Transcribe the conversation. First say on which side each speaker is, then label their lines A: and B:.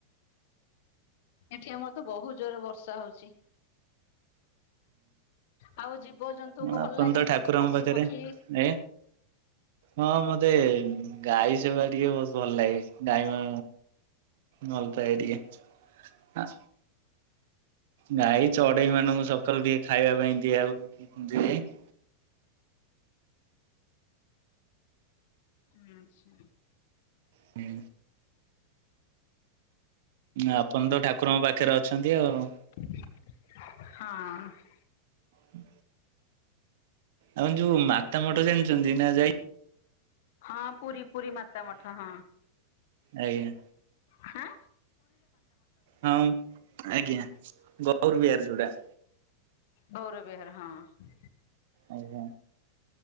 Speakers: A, on the left; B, on the right.
A: ଏଠି ଆମର ତ ବହୁତ ଜୋରରେ ବର୍ଷା ହଉଛି। ଆଉ ଜୀବଜନ୍ତୁକୁ
B: ଆପଣ
A: ଭଲ ଲାଗେ
B: ତ ଠାକୁରଙ୍କ
A: ପଶୁ
B: ପାଖରେ
A: ପକ୍ଷୀ
B: ଏ। ହଁ ମତେ ଗାଈ ସେବା ଟିକେ ବହୁତ ଭଲ ଲାଗେ ଗାଈ ମ। ଭଲପାଏ ଟିକେ ଗାଈ ଚଢେଇ ମାନେ ମୁଁ ସବୁ। ସକାଲ ଟିକେ ଖାଇବା ପାଇଁ ଦିଆଉ।
A: ଆଛା।
B: ହୁଁ। ଆପଣ ତ ଠାକୁରଙ୍କ ପାଖରେ ଅଛନ୍ତି ଆଉ।
A: ହଁ।
B: ହୁ। ଆପ ଯୋଉ ମାତା ମଠ ଜଣିଛନ୍ତି ନା ଯାଇ।
A: ହଁ ପୁରୀ ପୁରୀ ମାତା ମାଠ ହଁ।
B: ଆଜ୍ଞା
A: ହଁ।
B: ହଁ ଆଜ୍ଞା ଗୌରବହାରାର ସେଟା।
A: ଗୌରବିହାରହାର ହଁ।
B: ଆଜଞା।